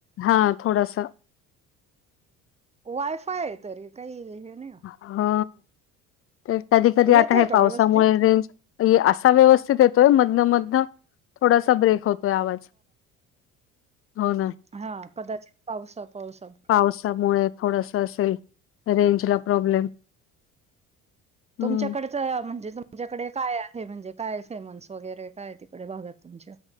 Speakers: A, on the left (about 35°); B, on the right (about 15°).
A: हा थोडासा
B: वायफाय आहे तरी काही हे नाही
A: हा ते कधी कधी
B: येतोय
A: आता आहे
B: का
A: पावसामुळे
B: व्यवस्थित?
A: रेंज असा व्यवस्थित येतोय मधन मधनं थोडासा ब्रेक होतोय आवाज. हो ना
B: हा कदाचित पावसा पावसा
A: पावसामुळे थोडस असेल रेंज ला प्रॉब्लेम हं
B: तुमच्याकड म्हणजे तुमच्याकडे काय आहे, म्हणजे काय फेमस वगैरे काय तिकडे भागात तुमच्या